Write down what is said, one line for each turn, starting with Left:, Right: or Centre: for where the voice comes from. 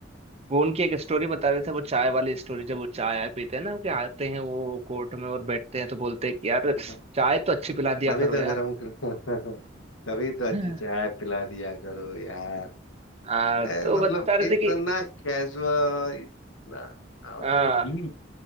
Right: वो उनकी एक स्टोरी बता रहे थे वो चाय वाली स्टोरी जब वो चाय आय पीते हैं ना कि आते हैं वो कोर्ट में और बैठते हैं तो बोलते हैं कि यार
Left: हाँ, हाँ।
Right: चाय तो अच्छी पिला दिया
Left: अभी
Right: करो
Left: तो गर्म कर <laughs> कभी तो अच्छी
Right: यार
Left: चाय पिला दिया करो यार
Right: आ,
Left: ए,
Right: तो बता
Left: मतलब
Right: रहे
Left: इतना
Right: थे कि
Left: कैजुअल इतना मतलब
Right: आ,
Left: डीप